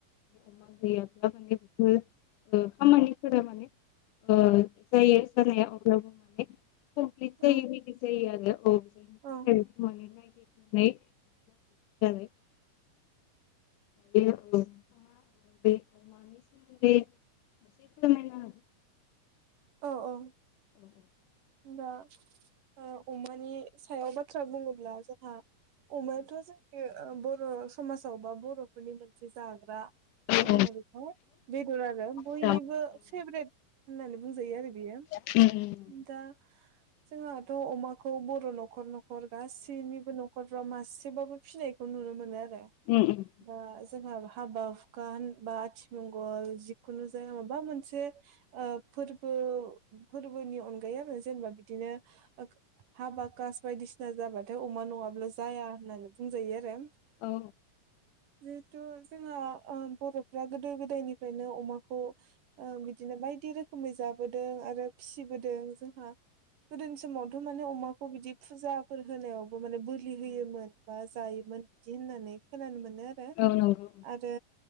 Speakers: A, on the left (about 75°); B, on the right (about 70°).
A: अमा गैयाब्ला माने बिफोर ओ खामानिफोरा माने ओ जायो जानाया अब्लाबो माने कमप्लिट
B: औ
A: जायिबादि जायो आरो औ बिसिनि थाखायनो
B: औ
A: बेखौ बानायनाय <unintelligible> बे ओ नोंथाङा बे अमानि सोमोन्दै एसे फोरमायनो हागोनना?
B: औ औ।
A: औ
B: होमब्ला ओ अमानि सायाव बाथ्रा बुङोब्ला जोंहा अमायाथ' जोंनि ओ बर' समाजाव बा बर'फोरनि मोनसे जाग्रा
A: औ
B: मा
A: औ
B: होनो बेखौ बेदर आरो बयनिबो
A: जामुं औ नंगौ औ नंगौ औ नंगौ औ
B: फेब्रेट होननानै बुंजायो आरो बियो।
A: उम उम।
B: दा जोंहाथ' अमाखौ बर' न'खर न'खर गासैनिबो नख रफ्राव मासेबाबो फिनायखौ नुनो मोनो आरो।
A: उम उम।
B: बा जोंहा हाबा हुखा होनबा आथिमंगल जिखुनु जाया माबा मोनसे ओ फोरबो फोरबोनि अन गायै आरो जेनेबा बिदिनो ओ हाबा खास बायदिसिना जाबाथाय अमा न ङाब्लानो जाया होननानै बुंजायो आरो।
A: औ।
B: जिहेथु जोंङो ओ बर'फ्रा गोदो गोदायनिफ्रायनो अमाखौ ओं बिदिनो बायदि रोखोमै जाबोदों आरो फिसिबोदों जोंहा गोदोनि समावथ' माने अमाखौ बिदि फुजाफोर होनायावबो माने बोर लि होयोमोन बा जायोमोन बिदि होननानै खोनानो मोनो आरो।
A: औ नोंगौ।
B: आरो